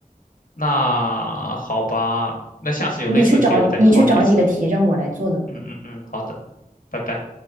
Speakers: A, on the left (about 70°); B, on the right (about 65°).
A: 那好吧，那下次有类似的题，
B: 你去找你去找几个题让我来做的。
A: 我再考你一次。嗯嗯嗯，好的，拜拜。